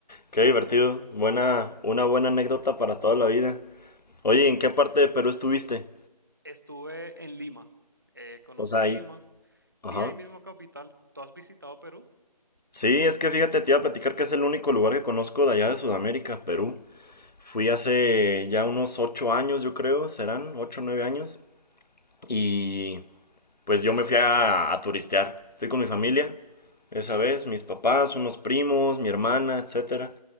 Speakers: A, on the left; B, on the right.
A: Qué divertido. Buena, una buena anécdota para toda la vida. Oye, ¿en qué parte de Perú estuviste?
B: Estuve en Lima, eh, conocí
A: O sea,
B: Lima,
A: ahí.
B: sí,
A: Ajá.
B: ahí mismo capital. ¿Tú has visitado Perú?
A: Sí, es que fíjate, te iba a platicar que es el único lugar que conozco de allá de Sudamérica, Perú. Fui hace ya unos ocho años, yo creo, serán ocho o nueve años. Y pues yo me fui a, a turistear. Fui con mi familia, esa vez, mis papás, unos primos, mi hermana, etcétera.